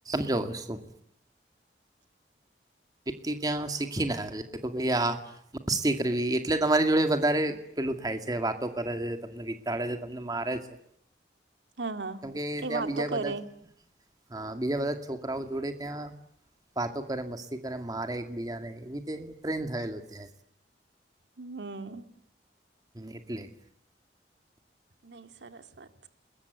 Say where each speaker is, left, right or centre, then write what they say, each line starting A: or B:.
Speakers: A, on the right; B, on the right.
A: જોસો. <unintelligible> ત્યાં શીખીને આવે કે તો આમસ્તી કરવી એટલે તમારી જોડે વધારે પેલું થાય છે વાતો કરે છે, તમને વિતાડે છે, તમને મારે છે.
B: હા હા
A: કેમકે
B: એ
A: ત્યાં
B: વાતો
A: બીજા
B: કરે.
A: બધા હા બીજા બધા છોકરાઓ જોડે ત્યાં વાતો કરે મસ્તી. મારે એકબીજાને એવી રીતે ટ્રેન થયેલું ત.
B: હમ્મ.
A: એટલે.
B: નહી સરસ વાત